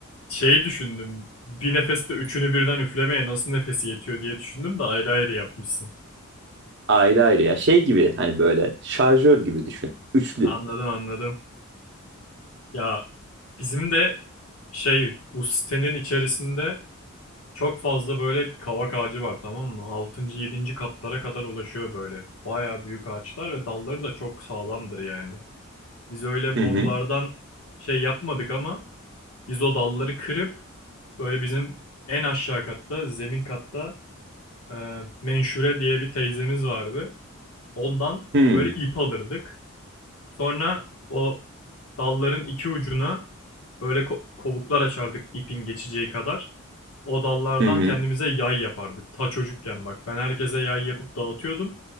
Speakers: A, on the left; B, on the right.
A: şey düşündüm. Bir nefeste üçünü birden üflemeye nasıl nefesi yetiyor diye düşündüm de ayrı ayrı yapmışsın.
B: Ayrı ayrı ya. Şey gibi hani böyle şarjör gibi düşün. Üçlü.
A: Anladım anladım. Ya bizim de şey bu sitenin içerisinde çok fazla böyle kavak ağacı var tamam mı? Altıncı yedinci katlara kadar ulaşıyor böyle. Baya büyük ağaçlar ve dalları da çok sağlamdır yani. Biz öyle
B: Hı
A: borulardan
B: hı.
A: şey yapmadık ama biz o dalları kırıp böyle bizim en aşağı katta zemin katta e, Menşure diye bir teyzemiz vardı. Ondan
B: Hı
A: böyle ip alırdık. Sonra o dalların iki ucuna böyle ko- kovuklar açardık ipin geçeceği kadar. O dallardan
B: hı.
A: kendimize yay yapardık. Ta çocukken bak ben herkese yay yapıp dağıtıyordum.